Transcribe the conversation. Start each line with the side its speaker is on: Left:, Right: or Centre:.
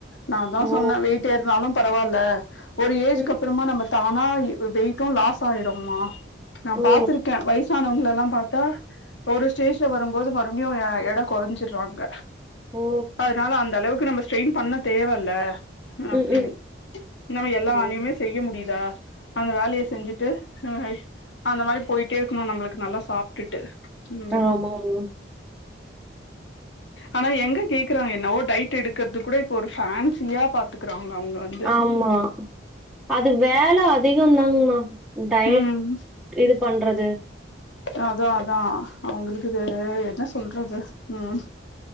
Left: நான்தா
Centre: ஓ!
Left: சொன்னே வெயிட் டே இருந்தாலு பரவால்ல ஒரு ஏஜுக்கு
Centre: ம்.
Left: அப்பறமா நம்ம சடன்னா வெயிட்டு லாஸாயிடமா நா
Centre: ஓ!
Left: பாத்திருக்கேன வயசு னவங்கலேல்லா பாத்தா ஒரு ஸ்டேஜ்ல வரும்போது மறுபடியு எடை குறைஞ்சடுறாங்க
Centre: ஓ!
Left: அதனால அந்த அளவுக்கு நம்ம ஸ்டெயின் பண்ண தேவல்ல அப்டின்னு
Centre: ம். ம்.
Left: நம்ம எல்லா
Centre: ஓ!
Left: வேலையுமே செய்ய முடியுதா அந்த வேலைய செஞ்சுட்டு ஹய் அந்த மாரி போயிட்டே இருக்கணு நம்மளுக்கு நல்லா சாப்ட்டுட்டு ம்
Centre: ஆமாங்க.
Left: ஆனா எங்க கேக்கறாங்க என்னவோ டைட் எடுக்கறது கூட இப்ப ஒரு ஃபேன்சியா பாக் குறாங்க அவுங்க வந்து
Centre: ஆமா அது வேல அதிகம் தாங்ங்கமா டயட்
Left: ம்
Centre: இது பண்றது
Left: அதா அதா அவங்களுக்கு இது என்ன சொல்றது ம்